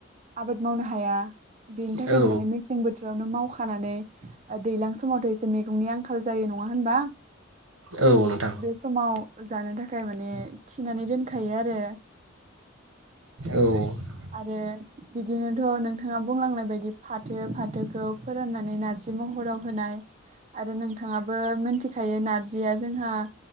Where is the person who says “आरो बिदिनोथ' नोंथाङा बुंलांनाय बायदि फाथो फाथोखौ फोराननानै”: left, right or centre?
Right